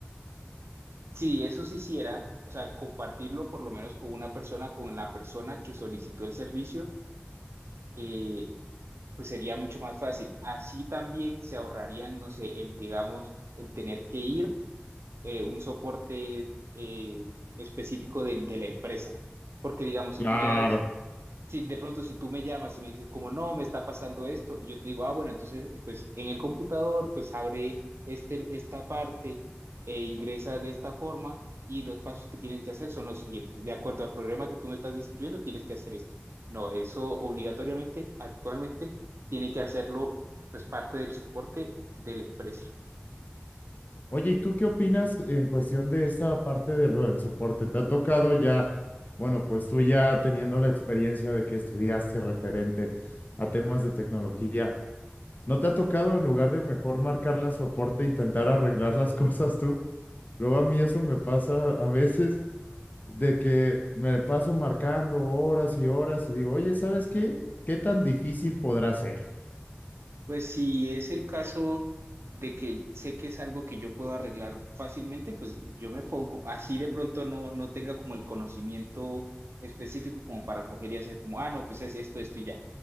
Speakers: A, on the right; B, on the left.
A: si eso se hiciera, o sea, compartirlo por lo menos con una persona, con la persona que solicitó el servicio, eh, pues sería mucho más fácil. Así también se ahorrarían, no sé, el, digamos, el tener que ir eh, un soporte eh, específico del- de, la empresa. Porque digamos, si
B: Claro.
A: tú le das, si de pronto si tú me llamas y me dices como, no, me está pasando esto, y yo te digo, ah, bueno, entonces, pues en el computador, pues abre este, esta parte e ingresa de esta forma y los pasos que tienes que hacer son los siguientes. De acuerdo al programa que tú me estás describiendo, tienes que hacer esto. No, eso obligatoriamente, actualmente, tiene que hacerlo, pues parte del soporte de la empresa.
B: Oye, ¿y tú qué opinas en cuestión de esta parte de lo del soporte? ¿Te ha tocado ya, bueno, pues tú ya teniendo la experiencia de que estudiaste referente a temas de tecnología, ¿no te ha tocado en lugar de mejor marcar la soporte, intentar arreglar las <laughs> cosas tú? Luego a mí eso me pasa a veces de que me paso marcando horas y horas y digo, oye, ¿sabes qué? ¿Qué tan difícil podrá ser?
A: Pues si es el caso de que sé que es algo que yo puedo arreglar fácilmente, pues yo me pongo, así de pronto no, no tenga como el conocimiento específico como para coger y hacer como, ah, no, pues es esto, esto y ya.